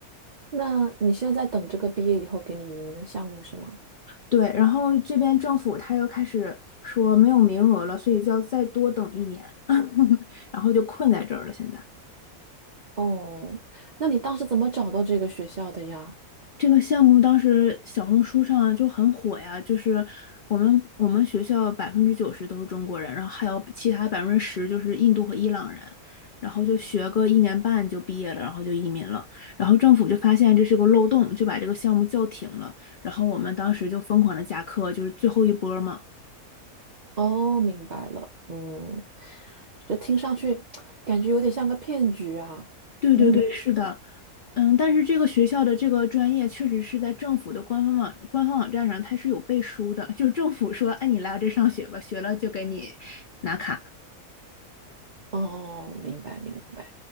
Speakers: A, on the right; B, on the left.
A: 那你现在在等这个毕业以后给你移民的项目是吗？
B: 对，然后这边政府他又开始说没有名额了，所以就要再多等一年，<laughs> 然后就困在这儿了。现在
A: 哦，那你当时怎么找到这个学校的呀？
B: 这个项目当时小红书上就很火呀，就是我们我们学校百分之九十都是中国人，然后还有其他百分之十就是印度和伊朗人，然后就学个一年半就毕业了，然后就移民了。然后政府就发现这是个漏洞，就把这个项目叫停了。然后我们当时就疯狂的加课，就是最后一波嘛。
A: 哦，明白了，嗯，这听上去感觉有点像个骗局啊。
B: 对对对，
A: 嗯。
B: 是的，嗯，但是这个学校的这个专业确实是在政府的官方网官方网站上，它是有背书的，就是政府说，哎，你来我这上学吧，学了就给你拿卡。
A: 哦，明白明白，